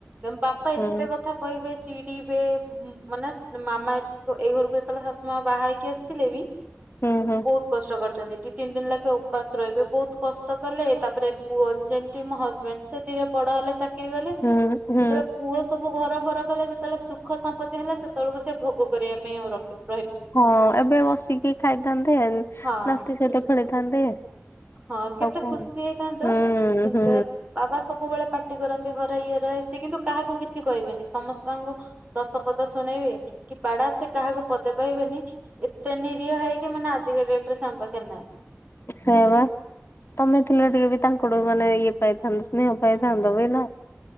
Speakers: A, on the right; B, on the left.
A: ବାପା ଏତେ
B: ହୁଁ
A: କଥା କହିବେ, ଚିଡିବେ, ମାନେସ୍ ମାମା ଏଠି ଏଇ ଘରକୁ ଯେତେବେଳେ ଶାଶୁ ମାଁ ବାହା ହେଇକି ଆସିଥିଲେ ବି
B: ହୁଁ ହୁଁ
A: ବହୁତ୍ କଷ୍ଟ କରିଛନ୍ତି। ଦି, ତିନି ଦିନ ଲଖେ ଉପାସ ରହିବେ। ବହୁତ କଷ୍ଟ କଲେ, ତା'ପରେ ପୁଅ ଯେମିତି ମୋ ହଜବେଣ୍ଡ ସେତ୍ ଧୀରେ ବଡ ହେଲେ, ଚାକିରି କଲେ।
B: ହୁଁ। ହୁଁ
A: ଯେତେବେଳେ ପୁଅ ସବୁ ଘର ଫର କଲେ, ଯେତେବେଳେ ସୁଖ ସମ୍ପତ୍ତି ହେଲା, ସେତେବେଳକୁ ସେ ଭୋଗ କରିବା ପାଇଁ ଆଉ ରଖିବ
B: ହଁ, ଏବେ ବସିକି ଖାଇଥାନ୍ତେ,
A: ହଁ
B: ନାତି ସହିତ ଖେଳିଥାନ୍ତେ।
A: ହଁ, କେତେ
B: ଆଉ କଣ
A: ଖୁସି ହେଇଥାନ୍ତୁ,
B: ହୁଁ
A: କିନ୍ତୁ
B: ହୁଁ
A: ବାବା ସବୁବେଳେ ପାର୍ଟି କରନ୍ତି, ଘରେ ଇଏ ରହେ, ସିଏ କିନ୍ତୁ କାହାକୁ କିଛି କହିବେନି ସମସ୍ତଙ୍କୁ ଦଶ ପଦ ଶୁଣେଇବେ, କି ବାଡା, ସେ କାହାକୁ ପଦେ କହିବେନି। ଏତେ ନିରୀହ ହେଇକି ମାନେ, ଆଜିିକା ଡେଟ୍ ରେ ସେ ଆମ୍ ପାଖେରେ ନାହାଁ
B: ସେୟାବା, ତମେ ଥିଲ ଟିକେ ବି ତାଙ୍କଠୁ ମାନେ ଇଏ ପାଇଥାନ୍ତ ସ୍ନେହ
A: ହୁଁ।
B: ପାଇଥାନ୍ତ ବି ନା!